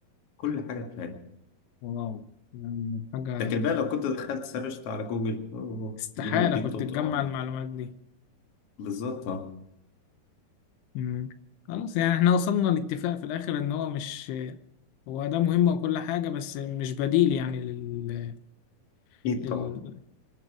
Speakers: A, on the left; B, on the left.
A: كل حاجة تمام
B: واو يعني حاجه
A: لكن بقى لو كنت دخلت سرشت على جوجل اوه
B: استحاله
A: اديني واديك
B: كنت
A: طول
B: تجمع
A: العمر
B: المعلومات دي
A: بالظبط اه
B: مم. خلاص يعني احنا وصلنا لاتفاق في الاخر ان هو مش هو ده مهم وكل حاجه بس مش بديل يعني لل...
A: اكيد
B: لل...
A: طبعا